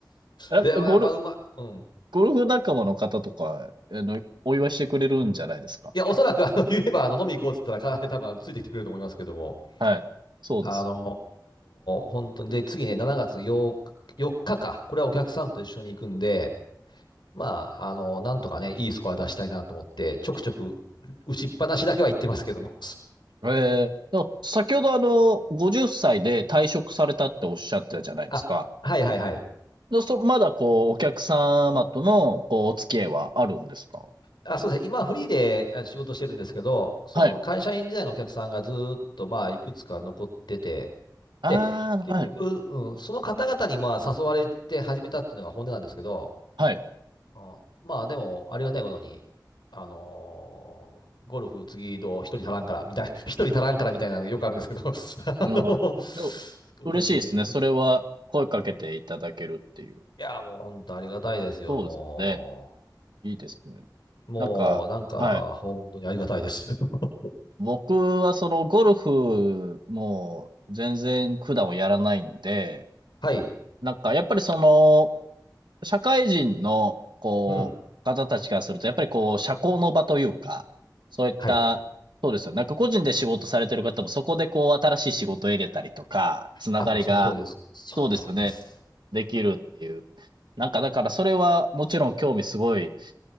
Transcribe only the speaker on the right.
ゴーゴル
ゴルフ仲間の方とか、あの、お祝いしてくれるんじゃないですか。
はい。そうです
よ。ええ。でも先ほどあの、50歳で退職されたっておっしゃってたじゃないですか。
でそ、まだこう、お客様との、こう、お付き合いはあるんですか
はい。ああ、
はい。
はい。
うん。
でも、
嬉しいですね。それは、声かけていただけるっていう。
そうですよね。
いいですね。
なんかはい。
僕はそのゴルフも全然普段はやらないんで、
なんかやっぱりその社会人のこう方たちからするとやっぱりこう社交の場というか、
そういった、
そうですよ。なんか個人で仕事されてる方もそこでこう新しい仕事を入れたりとか、つながりが、
そうですよね、できるっていう。なんかだからそれはもちろん興味すごい